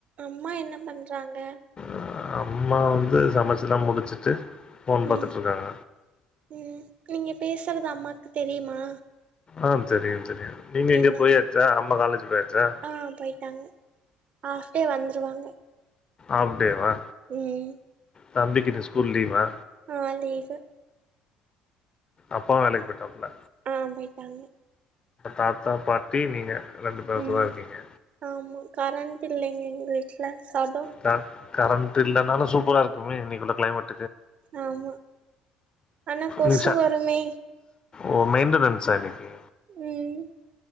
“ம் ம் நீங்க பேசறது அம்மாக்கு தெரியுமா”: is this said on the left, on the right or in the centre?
Right